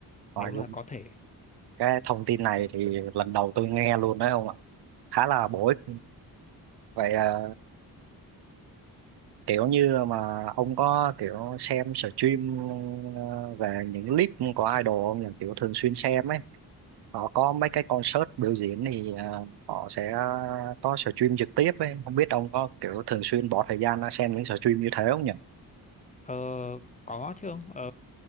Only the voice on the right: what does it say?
rồi
luôn
cái thông tin này thì lần đầu tôi nghe luôn đấy ông ạ khá là bổ ích vậy à, kiểu như mà ông có kiểu xem stream ờ, về những clip của idol không nhỉ kiểu thường xuyên xem ấy họ có mấy cái concert biểu diễn thì ờ, họ sẽ có stream trực tiếp ấy không biết ông có kiểu thường xuyên bỏ thời gian ra xem những stream như thế không nhỉ